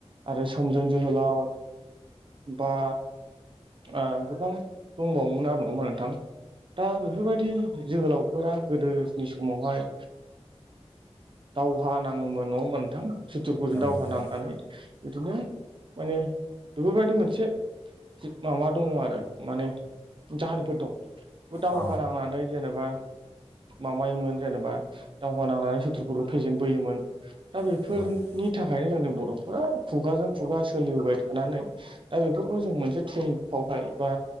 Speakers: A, on the right; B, on the left.
A: आरो सोमदोन जोहोलाव बा आं गोबां दंबावोमोन आरो नङाोमा नोंथां दा बेफोरबायदि जोहोलाव फोरा गोदोनि समावहाय दावहा नाङोमोन नङा होमबा नोंथां? सुथुरफोरजों दावहा
B: नोंथां
A: नांनानै बिदिनो माने बेफोरबायदि मोनसे माबा दङ आरो माने जाहोनफोर दं बे दावहा
B: औ
A: नांनानै जेनेबा माबायोमोन जेनेबा दावहा नांनानै सुथ्रुफोरखौ फेजेनबोयोमोन। दा बेफोरनि
B: औ
A: थाखायनो जोंनि बर'फोरा खुगाजों खुगा सोलिबोबाय थानानै दा बेफोरखौ जों मोनसे फावथाय बा